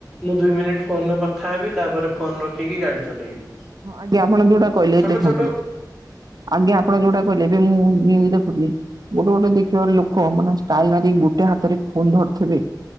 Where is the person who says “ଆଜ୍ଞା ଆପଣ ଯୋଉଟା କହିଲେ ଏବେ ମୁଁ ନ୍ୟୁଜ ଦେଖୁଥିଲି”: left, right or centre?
Right